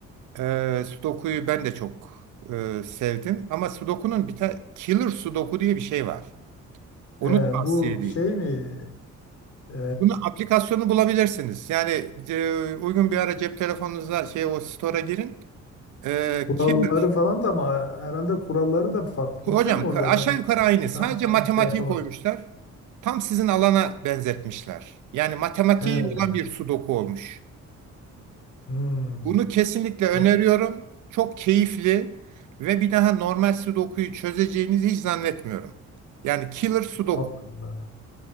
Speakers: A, on the right (about 75°); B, on the left (about 50°).
A: Ee, Sudoku'yu ben de çok e, sevdim. Ama Sudoku'nun bir tane Killer Sudoku diye bir şey var.
B: <laughs>
A: Onu
B: He,
A: tavsiye
B: bu
A: edeyim.
B: şey mi? E,
A: Bunu aplikasyonu bulabilirsiniz. Yani e, uygun bir ara cep telefonunuza şey o store'a girin. Ee,
B: kuralları
A: Killer.
B: falan da ama herhalde kuralları da farklı
A: Bu Hocam
B: değil mi orada?
A: ka- aşağı
B: Ben
A: yukarı aynı.
B: şu
A: Sadece
B: an tam
A: matematiği
B: şey yapamadım.
A: koymuşlar. Tam sizin alana benzetmişler. Yani matematiği
B: He.
A: olan bir Sudoku olmuş.
B: Hmm.
A: Bunu kesinlikle öneriyorum.
B: O-
A: Çok keyifli ve bir daha normal sudokuyu çözeceğinizi hiç zannetmiyorum. Yani killer sudoku.
B: Allah Allah.